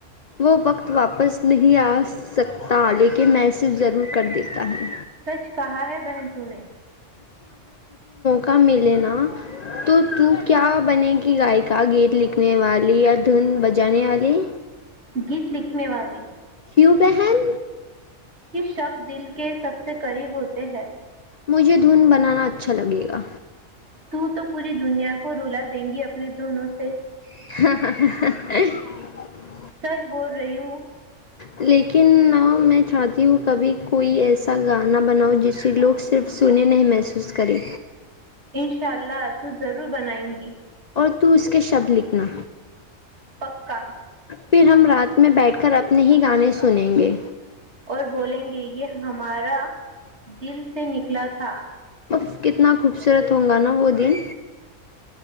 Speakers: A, on the left; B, on the right.
A: وہ وقت واپس نہیں آ سکتا لیکن میںس ضرور کر دیتا ہوں
B: سچ کہا ہے بہن تو نے
A: کا ملینا تو تو کیا بنے گی کی گائکا گیت لکھنے والی یا دھن بجانے والی
B: گیت لکھنے والے
A: ہییو بہن
B: شبد دل کے سب سے کم قریب ہوتے ہیں
A: مجھے دھن بنانا اچھا لگے گا
B: ت تو پوری دنیا کو رولا دیں گی اپنے دونوں سے
A: <unintelligible>
B: ج بول رہی ہوں
A: لیکن نہ میں چاہتی ہوں کبھی کوئی ایسا گانا بناؤ جسے لوگ صرف سنے نہیں محسوس کریں
B: انشاء اللہ تو ضرور بنائیں گی
A: اور تو اس کے شبد لکھنا
B: پکا
A: پھر ہم رات میں بیٹھ کر اپنے ہی گانے سنیں گے
B: اور بولیں گے یہ ہمارا دل سے نکلا تھا
A: ب کتنا خوبصورت ہوگا نا وہ دن